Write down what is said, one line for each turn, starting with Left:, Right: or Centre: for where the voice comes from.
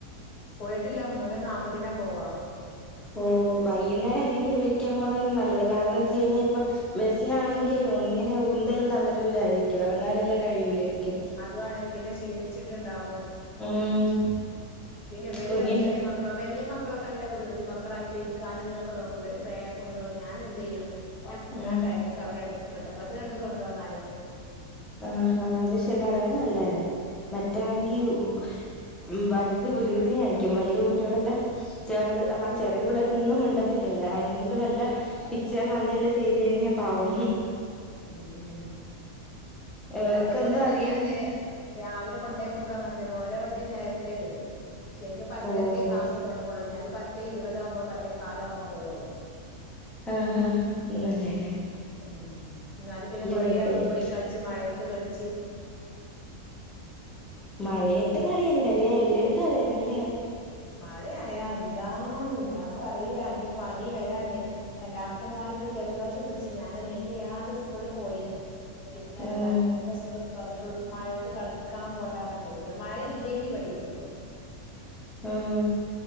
Left: പോയിട്ടില്ല മൂന്നേ നാല്പ്പത്തിനാ പോവാ
Centre: ഓ വൈകുനേരംഅ ല്ലെങ്കിലൂം വിളിക്കാൻ പോകുന്നത് തന്നെ നല്ലത് കാരണം ന്താ വെച്ച് കഴിഞ്ഞാൽ ഇപ്പം ബെസ്സിലാണെങ്കിലും ഇങ്ങനെ ഉന്തലും തള്ളല് ല്ലായിരിക്കും ഇറങ്ങാനെല്ലാം കഴിയൂലായിരിക്കും
Left: അതും ആണ് പിന്നെ ക്ഷീണിച്ചിട്ട് ണ്ടാകും
Centre: ഉം
Left: പിന്നെ വര്
Centre: കുഞ്ഞിന്
Left: റ്ഞ്ഞാ ചെറിയ മക്കളാ വല്ല്യയ മക്കളൊക്കെ നല്ല വികൃതി മക്കളായിട്ട് ഇരിക്കാനും ഇതിനൊക്കെ നോ ക്കും ഇവര് ബേഗും തും ഞാന് എന്തെയ്യും <inaudible>
Centre: ഉം
Left: രാം ടൈമക്ക് അവിടെ ണ്ട് വീട്ട്മ്പത് കണ്ട് കൊണ്ടോന്നാലെ
Centre: ആഹ്ആഹ് അത് ശരി ന്നാരെ അ ത് നല്ലെന്നെ മറ്റാണെങ്കി
Left: ഉം ഉം
Centre: ഉ വലുത് വികൃതി കാണിക്കും വലിയ കുട്ടികളെല്ലാം ചെറുത് ആ ചെറിയ പിള്ളേ രൊന്നും മിണ്ടത്തില്ലല്ലേ എന്ത് വല്ല പിച്ച മാന്തല്ലാം ചെയ്ത് കഴിഞ്ഞ പാവം
Left: ഉം ഉം അതന്നെ
Centre: ഇവർക്കൊന്നും
Left: അതേപോലെന്നെ
Centre: അറിയന്
Left: ഞാന് നേരെ രാവിലെ കൊണ്ടേക്കുമ്പളും അങ്ങനെ തന്നെ ഓരെ വണ്ടി നേരത്തെ വരും ശരിക്കും പത്തര
Centre: ഓഹ്
Left: ക്കെ ക്ലാസ് തൊടങ്ങള്ളൂ ഞാൻ ഒര് പത്തേ ഇരുപതാകുമ്പം പത്തോകാലാവുമ്പം പോവള്ളൂ
Centre: ആഹ് ആഹ് നല്ലെന്നെ
Left: ഉം ഇന്നാല് പിന്നെ കൊറെ
Centre: കുഴപ്പമില്ല
Left: അവിടെ ഓടി കൾച്ച് മഴയത്ത് കൾച്ച്
Centre: മഴയത്തെ
Left: അതുണ്ട്
Centre: കളിയിണ്ടല്ലേ എല്ലടത്തും അതന്നെല്ലേ
Left: മഴയായാ എന്താണ് ഞാപറയാ ഇനി പനി വരാണ്ട് രണ്ടാമത്തെ മോന് പ്പം ജലദോഷം പിടിച്ച് ഞാനഹ് മെയിന്റെയ്യാതെ സ്കൂൾല് പോയിണ് <unintelligible>
Centre: ആഹ്
Left: ഇപ്പ സ്കൂൾ തൊർന്ന് ട്ടൊള്ളു മഴയത്ത് കളിക്കാൻ പോണ്ടാർഞ്ഞാ കേക്കൂല മഴ ഇല്ലെങ്കി ഇവിടെ ഇരുന്നോളും
Centre: ഉം